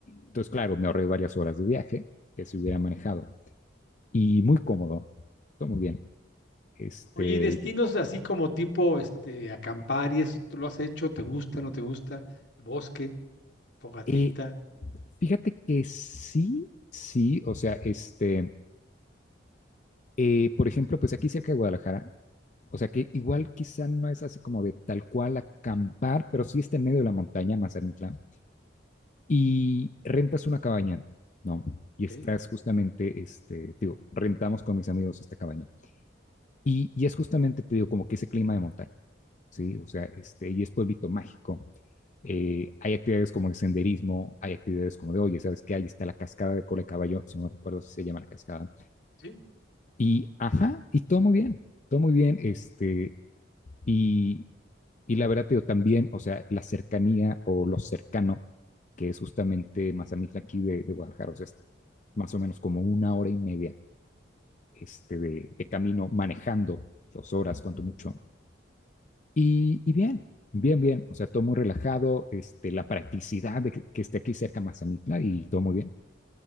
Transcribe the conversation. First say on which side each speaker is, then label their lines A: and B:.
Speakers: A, on the left; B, on the left.
A: Entonces, claro, me ahorré varias horas de viaje que se hubiera manejado y muy cómodo, todo muy bien. Este,
B: Oye, ¿y destinos así como tipo este, acampar y eso, tú lo has hecho? ¿Te gusta, no te gusta? ¿El Bosque, fogatita,
A: eh, fíjate que sí, sí, o sea, este, Eh, por ejemplo, pues aquí cerca de Guadalajara, o sea que igual quizá no es así como de tal cual acampar, pero sí está en medio de la montaña, Mazatlán, y rentas una cabaña, ¿no?
B: ¿ok?
A: Y estás justamente, este, te digo, rentamos con mis amigos esta cabaña. Y, y es justamente, te digo, como que ese clima de montaña, ¿sí? O sea, este, y es pueblito mágico. Eh, hay actividades como el senderismo, hay actividades como de, oye, ¿sabes qué? Ahí está la cascada de cola de caballo, si no recuerdo si se llama la cascada.
B: Sí.
A: Y, ajá, y todo muy bien, todo muy bien. Este, Y, y la verdad, yo también, o sea, la cercanía o lo cercano, que es justamente Mazamitla aquí de, de Guadalajara, o sea, es más o menos como una hora y media este, de, de camino manejando, dos horas,
B: Ujú.
A: cuanto mucho. Y, y, bien, bien, bien, o sea, todo muy relajado, este, la practicidad de que, que esté aquí cerca Mazamitla y todo muy bien.